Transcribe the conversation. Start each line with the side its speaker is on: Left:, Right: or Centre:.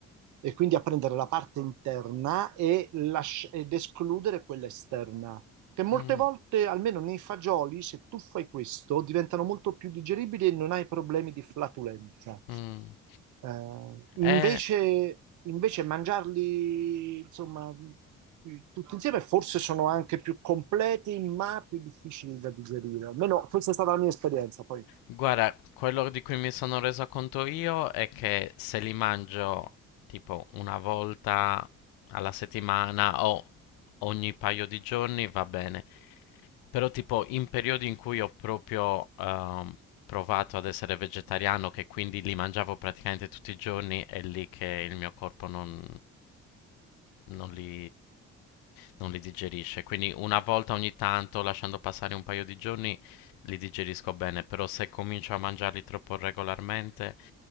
Right: e quindi a prendere la parte interna e lasci- ed escludere quella esterna? Che molte
Left: mm,
Right: volte, almeno nei fagioli, se tu fai questo, diventano molto più digeribili e non hai problemi di flatulenza.
Left: mm.
Right: Eh,
Left: Eh,
Right: invece, invece mangiarli, insomma, tutti insieme forse sono anche più completi, ma più difficili da digerire. Almeno questa è stata la mia esperienza. Poi,
Left: Guarda, quello di cui mi sono reso conto io è che se li mangio tipo una volta alla settimana o ogni paio di giorni va bene, però tipo in periodi in cui ho proprio ehm, provato ad essere vegetariano, che quindi li mangiavo praticamente tutti i giorni, è lì che il mio corpo non, non li, non li digerisce. Quindi una volta ogni tanto, lasciando passare un paio di giorni, li digerisco bene, però se comincio a mangiarli troppo regolarmente,